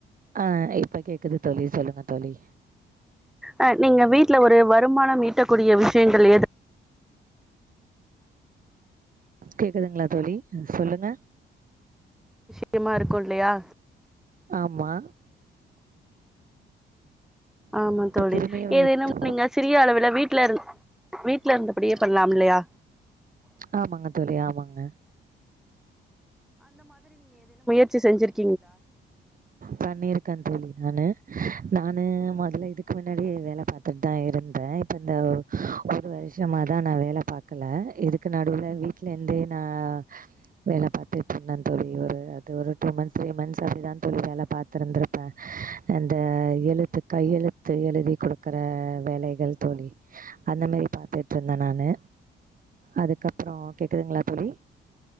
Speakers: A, on the right (about 45°); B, in the centre.
A: ஆ இப்ப கேக்குது தோழி சொல்லுங்க தோழி.
B: அஹ் நீங்க வீட்டுல ஒரு வருமானம் ஈட்டக்கூடிய விஸ் <unintelligible>
A: கேக்குதுங்களா தோழி சொல்லுங்க
B: சேமா இருக்கு இல்லையா
A: ஆமா
B: ஆமா
A: இப்ப
B: தோழி
A: திரும்பியு
B: ஏதுேனும்
A: விட்
B: நீங்க சிறிய அளவுல வீட்டுல இரு வீட்ல இருந்தபடியே பண்ணலாம் இல்லையா
A: ஆமாங்க தோழி ஆமாங்க
B: வச்சி செஞ்சிருக்கு
A: பண்ணியிருக்கேன் தோழி நானு நானு முதல்ல இதுக்கு முன்னாடி வேலை பார்த்துட்டு தான் இருந்தேன் இப்ப இந்த ஒரு வருஷம தான் நான் வேலை பார்க்கல இதுக்கு நடுவுல வீட்டுல இருந்தே நான் வேலை பார்த்துட்டு இருந்த தோழி ஒரு அது ஒரு டூ மந்த்ஸ் அப்படிதான் தோழி வேலை பாரத்துருந்திருப்பேன் அந்த எழுத்து கையெழுத்து எழுதி கொடுக்குற வேலைகள் தோழி அந்த மாதிரி பாத்துட்டு இருந்தேன் நானு அதுக்கப்புறம் கேக்குதுங்களா தோழி